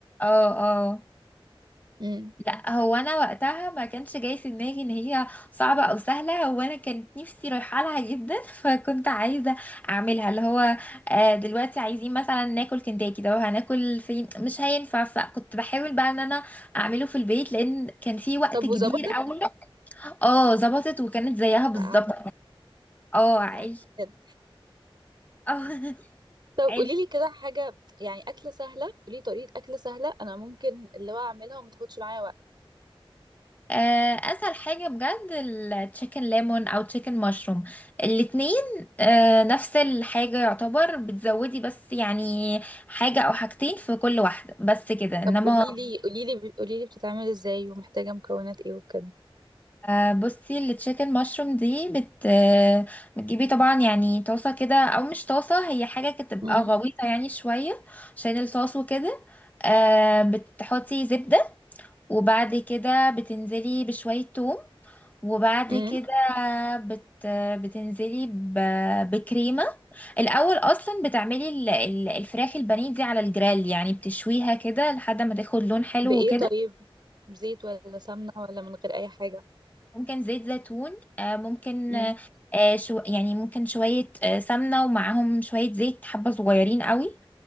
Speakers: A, on the left; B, on the right.
A: اه اه
B: امم
A: لا هو انا وقتها ما كانش جاي في دماغي ان هي صعبه او سهله هو انا كانت نفسي رايحه لها جدا <laughs> فكنت عايزه اعملها اللي هو آه، دلوقتي عايزين مثلا ناكل كنتاكي ده هناكل فين مش هينفع فكنت بحاول بقى ان انا اعمله في البيت لان كان في وقت
B: طب
A: كبير
B: وظبطت
A: قوي <laughs> اه ظبطت وكانت زيها بالظبط
B: لا عادي
A: اه عيش
B: لا عادي بجد.
A: اه <laughs>
B: طب قولي
A: عيش
B: لي كده حاجه يعني اكله سهله قولي لي طريقه اكله سهله انا ممكن اللي هو اعملها وما تاخدش معايا وقت
A: آه، اسهل حاجه بجد التشيكن ليمون او تشيكن مشروم الاتنين آه، نفس الحاجه يعتبر بتزودي بس يعني حاجه او حاجتين في كل واحده بس كده انما
B: طب قولي لي قولي لي قولي لي بتتعمل ازاي ومحتاجه مكونات ايه وكده
A: آه، بصي التشيكن مشروم دي بت آه، بتجيبي طبعا يعني طاسه كده او مش طاسه هي حاجه كده تبقى
B: امم
A: غويطه يعني شويه عشان الصوص وكده آه، بتحطي زبده وبعد كده بتنزلي بشوية توم وبعد
B: امم
A: كده بت بتنزلي ب... بكريمة الأول أصلا بتعملي ال- ال- الفراخ البانيه دي على الجريل يعني بتشويها كده لحد ما تاخد لون حلو
B: بايه
A: وكده
B: طيب زيت ولا سمنه ولا من غير اي حاجه
A: ممكن زيت زيتون آه، ممكن
B: امم
A: آه، شو يعني ممكن شوية آه، سمنة ومعاهم شوية زيت حبة صغيرين قوي